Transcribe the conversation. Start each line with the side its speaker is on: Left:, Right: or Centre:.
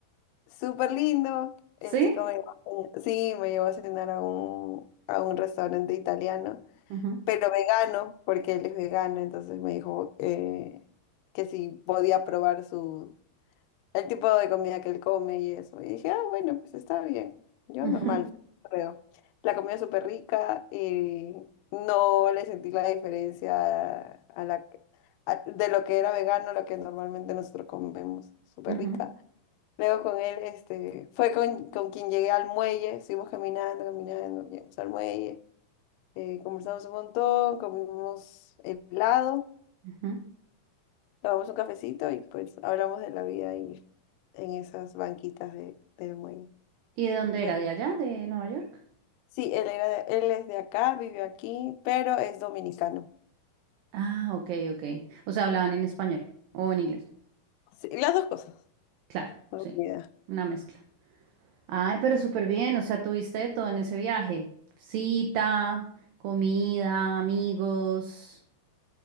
Left: súper lindo. El
Right: sí
Left: chico me llevó a cenar- Sí, me llevó a cenar a un, a un restaurante italiano,
Right: Ujú,
Left: pero vegano, porque él es vegano, entonces me dijo eh, que si podía probar sus el tipo de comida que él come y eso. Y dije, ah, bueno, pues está bien. Yo
Right: ujú,
Left: normal, creo. La comida es súper rica y no le sentí la diferencia a la, a- de lo que era vegano a lo que normalmente nosotros comemos. Súper
Right: ujú,
Left: rica. Luego con él, este, fue con, con quien llegué al muelle, seguimos caminando, caminando, llegamos al muelle, eh, conversamos un montón, comimos helado.
Right: ujú.
Left: Tomamos un cafecito y pues hablamos de la vida ahí en esas banquitas de, del muelle.
Right: ¿Y de dónde
Left: Bueno,
Right: era? ¿De allá? ¿De Nueva York?
Left: sí, él era de- él es de acá, vive aquí, pero es dominicano.
Right: Ah, ok, ok. O sea, hablaban en español o en inglés.
Left: Sí, las dos cosas.
Right: Claro,
Left: no
Right: sí.
Left: olvida.
Right: Una mezcla. Ay, pero súper bien. O sea, tuviste de todo en ese viaje. Cita, comida, amigos,